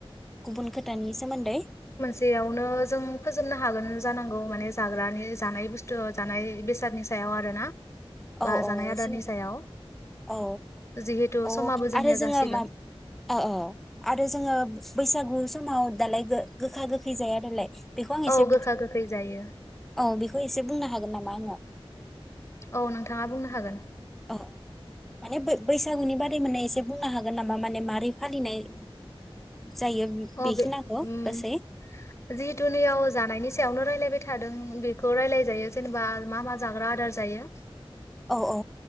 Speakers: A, in the centre; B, on the left.
A: गुबुन खोथानि सोमोन्दै।
B: बेयावनो जों फोजोबनो हागोन जानांगौ माने जाग्रानि जानाय बुस्थु जानाय बेसादनि सायाव आरोना
A: औ
B: बा
A: औ
B: जानाय आदारनि
A: सोमोन्दै
B: सायाव।
A: औ
B: जिहेतु
A: औ
B: समाबो जोंनिया
A: आरो जोङो
B: जासिगोन।
A: मा औ औ आरो जोंङो बैसागु समाव दालाय गो-गोखा गोखै जाया दालाय बेखौ आं
B: औ
A: एसे
B: गोखा गोखै जायो
A: औ बेखौ एसे बुंनो हागोन नामा आंङो?
B: औ नोंथांङा बुंनो हागोन।
A: ओ माने बै-बैसागुनि बारै माने एसे बुंनो हागोन नामा माने मारोरै फालिनाय जायो
B: अ
A: बेखिनाखौ
B: बे उम
A: गासै
B: जिहेथु नैयाव जानायनि सायावनो रायलायबाय थादों बेखौ रायलायजायो जेनेबा मा मा जाग्रा आदार जायो।
A: औ औ